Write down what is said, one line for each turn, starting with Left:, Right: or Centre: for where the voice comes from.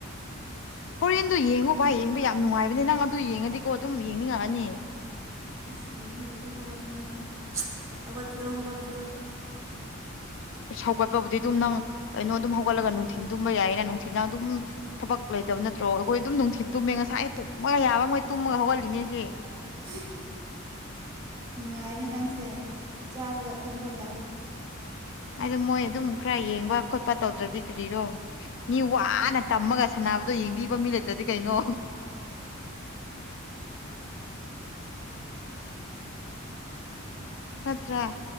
Left: ꯍꯣꯔꯦꯟꯗꯨ ꯌꯦꯡꯉꯣ ꯚꯥꯏ ꯌꯦꯡꯕ ꯌꯥꯝ ꯅꯨꯡꯉꯥꯏꯕꯅꯦ ꯅꯪ ꯑꯗꯨ ꯌꯦꯡꯉꯗꯤꯀꯣ ꯑꯗꯨꯝ ꯌꯦꯡꯅꯤꯡꯉꯛꯑꯅꯤ
Right: ꯉꯁꯤ ꯌꯦꯡꯔꯒꯥ ꯑꯗꯨ ꯍꯧꯒꯠꯅꯤꯡꯉꯥꯏꯗꯣ ꯍꯧꯒꯠꯄꯗꯣ ꯍꯧꯒꯠꯄꯗꯣ
Left: ꯁꯧꯒꯠꯄꯕꯨꯗꯤ ꯑꯗꯨꯝ ꯅꯪ ꯀꯩꯅꯣ ꯑꯗꯨꯝ ꯍꯧꯒꯠꯂꯒ ꯅꯨꯡꯊꯤꯟ ꯇꯨꯝꯕ ꯌꯥꯏꯌꯦꯅ ꯅꯨꯡꯊꯤꯟꯗꯪ ꯑꯗꯨꯝ ꯊꯕꯛ ꯂꯩꯇꯕ ꯅꯠꯇ꯭ꯔꯣ ꯑꯩꯈꯣꯏ ꯑꯗꯨꯝ ꯅꯨꯡꯊꯤꯟ ꯇꯨꯝꯃꯦ ꯉꯁꯥꯏ ꯇꯨꯝꯃꯒ ꯌꯥꯕ ꯃꯣꯏ ꯇꯨꯝꯃꯒ ꯍꯧꯒꯠꯂꯤꯅꯦꯁꯦ
Right: ꯎ ꯅꯨꯡꯉꯥꯏꯅꯦ ꯅꯪꯁꯦ ꯆꯥꯕꯒ ꯇꯨꯝꯕꯒ
Left: ꯍꯥꯏꯗ ꯃꯣꯏ ꯑꯗꯨꯝ ꯈꯔ ꯌꯦꯡꯕ ꯈꯣꯠꯄ ꯇꯧꯗ꯭ꯔꯗꯤ ꯀꯔꯤꯔꯣ ꯃꯤ ꯋꯥꯅ ꯇꯝꯃꯒ ꯁꯥꯟꯅꯕꯗꯣ ꯌꯦꯡꯕꯤꯕ ꯃꯤ ꯂꯩꯇ꯭ꯔꯗꯤ ꯀꯩꯅꯣ ꯅꯥꯠꯇ꯭ꯔ